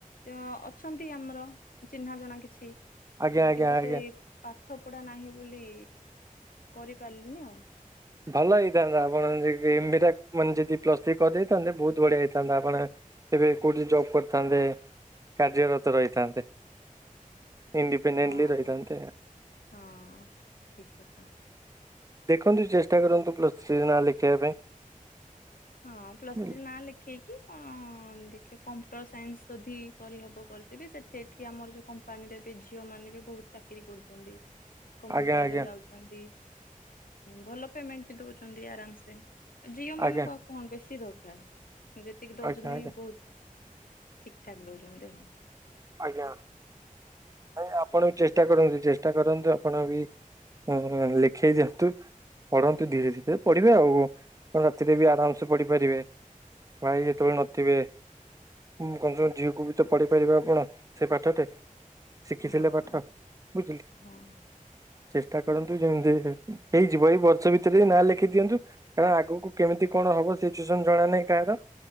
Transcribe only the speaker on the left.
ଅଛନ୍ତି ଆମର ଚିହ୍ନା ଜଣା କିଛି।
ଉଁ
କିନ୍ତୁ
ସେଇ ପାଠ ପଢ଼ା ନାହିଁ ବୋଲି କରିପାରିଲିନି ଆଉ। <inaudible>
ହଁ।
ହଁ ଠିକ କଥା।
ହଁ ପ୍ଲସ୍
ଥ୍ରୀ ନାଁ ଲେଖେଇକି କଣ କନ ଦେଖୀ କମ୍ପ୍ୟୁଟର ସାଇନ୍ସ ଯଦି କରିହବ କରିଦେବି ସେ ଏଠି ଆମର ଯୋଉ କମ୍ପାନୀରେ ବି ଝିଅ ମାନେ ବି ବୋହୁ ଚାକିରୀ କରୁଛନ୍ତି। କମ୍ପୁଟରରେ
ଯାଉଛନ୍ତି ଭଲ ପେମେଣ୍ଟ ବି ଦଉଚନ୍ତି ଆରାମ ସେ। ଝିଅ ମାନଙ୍କୁ
ଆଉ କଣ ବେଶୀ ଦରକାର ଯେତିକି ଦଉଛନ୍ତି
ବହୁତ। ଠିକ ଠାକ ଦୋଉଚନ୍ତି।
ହଁ
ହଁ।